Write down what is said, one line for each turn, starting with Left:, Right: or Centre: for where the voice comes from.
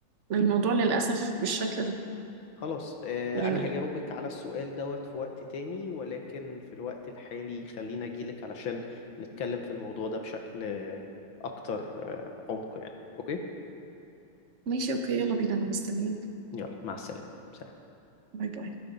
Right: لأن الموضوع للأسف بالشكل ده
Left: خلاص آه،
Right: يعني
Left: انا هجاوبك على السؤال دوت في وقت تاني ولكن في الوقت الحالي خلينا اجيلك علشان نتكلم في الموضوع ده بشكل آه، اكتر آه، عمق يعني اوكي
Right: ماشي أوكي يلا بينا أنا مستنيك
Left: يلا مع السلامة سلام.
Right: باي باي